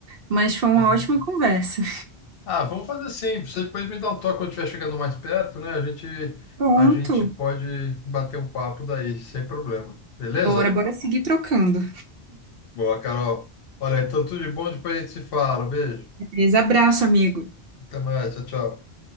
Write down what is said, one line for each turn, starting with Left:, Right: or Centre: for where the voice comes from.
Right: mas foi uma
Left: aham.
Right: ótima conversa.
Left: Ah, vamos fazer assim. Você depois me dá um toque quando estiver chegando mais perto, né? A gente,
Right: Pronto.
Left: a gente pode bater um papo daí, sem problema. Beleza?
Right: Bora, bora seguir trocando.
Left: Boa, Carol. Olha, então tudo de bom, depois a gente se fala. Beijo.
Right: Beleza, abraço, amigo.
Left: Até mais. Tchau, tchau.